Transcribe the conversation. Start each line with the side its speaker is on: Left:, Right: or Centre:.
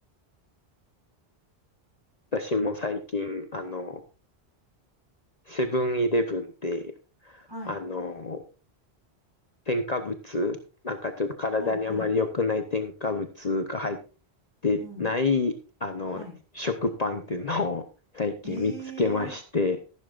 Left: 私も最近、あの、セブンイレブンで、
Right: はい、
Left: あの、添加物、なんかちょっと体にあまり良くない添加物が入っ
Right: はい、はい、
Left: てない、
Right: うん、
Left: あの、
Right: はい。
Left: 食パンっていうのを最近見つけまして、
Right: えー、